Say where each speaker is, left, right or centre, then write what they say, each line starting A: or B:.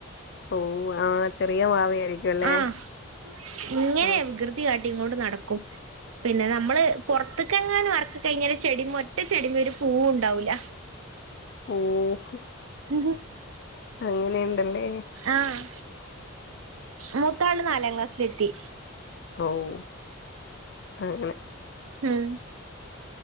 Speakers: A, on the left; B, on the right.
A: ഓ ആഹ് ചെറിയ മാവയായിരിക്കും അല്ലേ
B: ആഹ് ഇങ്ങനെയ
A: ആഹ്
B: കൃ ട്ടിയ അടി കൊണ്ട് നടക്കും പിന്നെ നമ്മള് പുറത്തക്കങ്ങാനം അർ കയിഞ്ഞാൽ ചെടിമ്മ ഒറ്റ ചെടിമ ഒരു പൂവ് ഉണ്ടാവൂല
A: ഉം
B: <unintelligible>
A: അങ്ങനെയണ്ടല്ലേ
B: ആഹ് മൂത്താള് നാലാം ക്ലാസ്സിലെത്തി
A: ഓഹ് അങ്ങനെ
B: ഉം